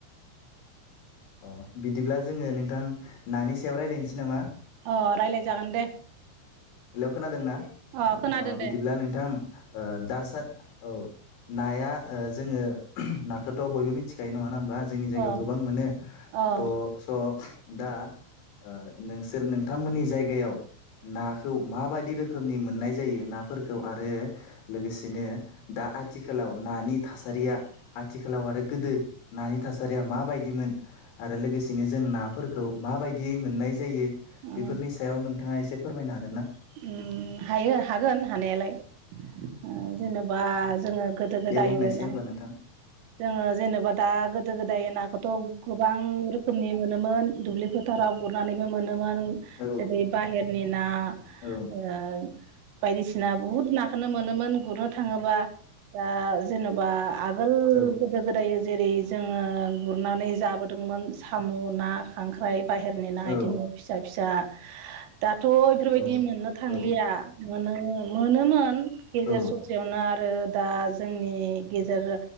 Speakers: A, on the left; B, on the right.
A: अह बिदिब्ला जोङो नोंथां नानि सायाव रायज्लायनोसै नामा?
B: अह रायलाय जागोन दे।
A: हेलौ खोनादों ना?
B: अ खोनादों
A: अह बिदिब्ला
B: दे
A: नोंथां ओ दासा औ नाया ओ जोङो नाखोथ' बयबो मिथिखायो नङा हो मबा जोंनि जायगायाव
B: अ
A: गोबां मोनो
B: अ ओं
A: थ' स' दा ओ नोंसोर नोंथांमोननि जायगायाव ना खौ माबायदि रोखोमनि मोननाय जायो नाफोरखौ आरो लोगोसेनो दा आथिखालाव नानि थासारिया आथिखालाव आरो गोदो नानि थासारिया माबायदिमोन आरो लोगोसेनो जों नाफोरखौ माबायदियै मोननाय जायो
B: ओं
A: बेफोरनि सायाव नों थाङा एसे फोरमायनो हागोन ना
B: उम हायो हागोन हानायालाय ओ जेनेबा जोङो गोदो गोदायो
A: दे बुंनायसै
B: ना
A: होमबा नोंथां
B: जोङो जेनेबा दा गोदो गोदाय नाखौथ' गोबां रोखोमनि मोनोमोन। दुब्लि फोथाराव गुरनानैबो मोनोमोन
A: औ
B: जेरै बाहेरनि ना,
A: औ उम
B: ओ बायदिसिना बुहुद नाखौनो मोनोमोन गुरनो थाङोबा। दा जेनेबा आगोल
A: औ
B: गोदो गोदाय जायो जेरै जोङो गुरनानै जाबोदोंमोन साम', ना, खांख्राइ बाहेरनिना
A: औ
B: इदिनो फिसा फिसा दाथ' बेफोरबायदि
A: औ
B: मोननो थांलिया
A: औ
B: मोनो मोनोमोन गेजेर
A: औ
B: ससेयावनो आरो आरो दा जोंनि गेजेर